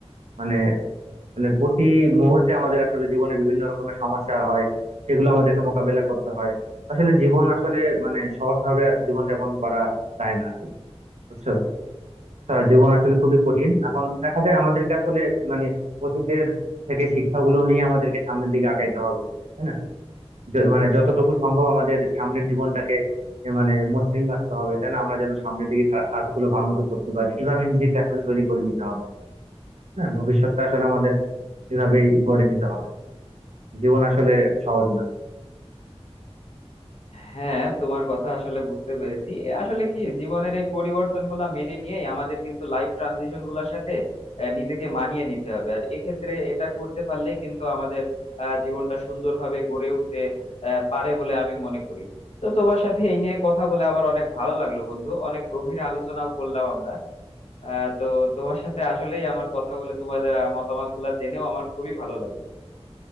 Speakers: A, on the right; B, on the left.
A: মানে মানে প্রতি মুহূর্তে আমাদের আসলে জীবনে বিভিন্ন রকমের সমস্যা হয় সেগুলো আমাদেরকে মোকাবেলা করতে হয় আসলে জীবন আসলে মানে সহজভাবে জীবনযাপন করা যায় না আসলে বুঝছো তা জীবন আসলে খুবই কঠিন এখন দেখা যায় আমাদেরকে আসলে মানে অতীতের থেকে শিক্ষাগুলো নিয়ে আমাদেরকে সামনের দিকে আগাইতে হবে তাই না য- মানে যতটুকু সম্ভব আমাদের সামনের জীবনটাকে এ মানে মসৃণ রাখতে হবে তাই না আমরা যেন সামনের দিকে কা- কাজগুলো ভালো মতো করতে পারি এভাবে নিজেকে আসলে তৈরি করে নিতে হবে হ্যাঁ ভবিষ্যৎটা আসলে আমাদের এভাবেই গড়ে নিতে হবে জীবন আসলে সহজ না
B: হ্যাঁ তোমার কথা আসলে বুঝতে পেরেছি এ আসলে কি জীবনের এই পরিবর্তন গুলা মেনে নিয়েই আমাদের কিন্তু লাইফ ট্রানজিশন গুলার সাথে আহ, নিজেকে মানিয়ে নিতে হবে আর এক্ষেত্রে এটা করতে পারলেই কিন্তু আমাদের আহ, জীবনটা সুন্দরভাবে গড়ে উঠতে আহ, পারে বলে আমি মনে করি তো তোমার সাথে এই নিয়ে কথা বলে আবার অনেক ভালো লাগলো বন্ধু অনেক গভীর আলোচনাও করলাম আমরা আহ তো তোমার সাথে আসলেই আমার কথা বলে তোমার মতামত গুলা জেনেও আমার খুবই ভালো লাগলো